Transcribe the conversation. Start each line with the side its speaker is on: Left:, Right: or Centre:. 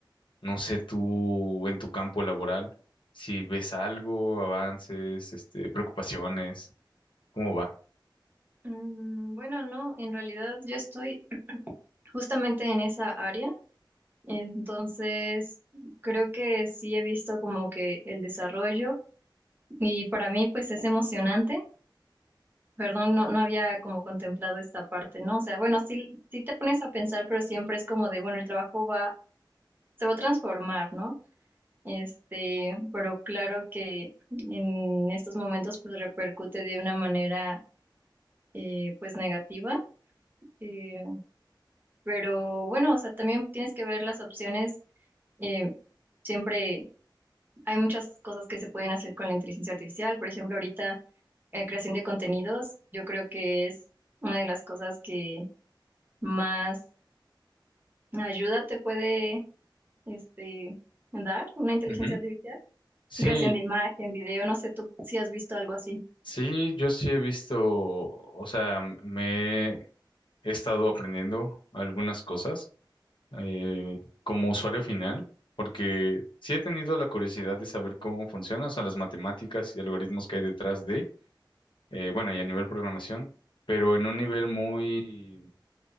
Left: No sé tú en tu campo laboral si ves algo, avances, este, preocupaciones, ¿cómo va?
Right: Mm, bueno, no, en realidad yo estoy justamente en esa área, entonces creo que sí he visto como que el desarrollo y para mí pues es emocionante. Perdón, no, no había como contemplado esta parte, ¿no? O sea, bueno, sí, sí te pones a pensar, pero siempre es como de, bueno, el trabajo va, se va a transformar, ¿no? Este, pero claro que en estos momentos pues repercute de una manera eh, pues negativa. eh, pero bueno, o sea, también tienes que ver las opciones. eh, siempre hay muchas cosas que se pueden hacer con la inteligencia artificial. Por ejemplo, ahorita eh, creación de contenidos, yo creo que es una de las cosas que más ayuda te puede este, dar una inteligencia
Left: Ujú.
Right: artificial.
Left: Sí,
Right: Creación de imagen, video, no sé tú si has visto algo así.
Left: sí, yo sí he visto, o sea, me he estado aprendiendo algunas cosas eh, como usuario final, porque sí he tenido la curiosidad de saber cómo funciona, o sea, las matemáticas y algoritmos que hay detrás de, eh, bueno, y a nivel programación, pero en un nivel muy,